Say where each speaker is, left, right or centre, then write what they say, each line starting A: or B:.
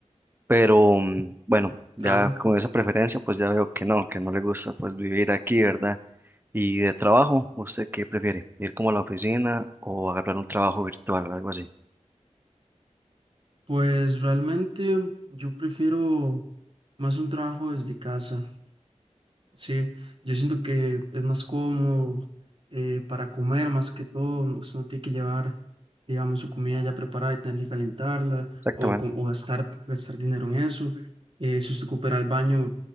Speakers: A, on the right; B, on the right.
A: Pero, mm, bueno, ya
B: Claro,
A: con esa preferencia, pues ya veo que no, que no le gusta, pues, vivir aquí, ¿verdad? Y de trabajo, ¿usted qué prefiere? ¿Ir como a la oficina o agarrar un trabajo virtual, algo así?
B: pues realmente yo prefiero más un trabajo desde casa. Sí, yo siento que es más cómodo eh, para comer, más que todo, no- usted no tiene que llevar, digamos, su comida ya preparada y tener que calentarla
A: Exactamente.
B: o, co- o gastar, gastar dinero en eso. Eh, si usted coopera al baño,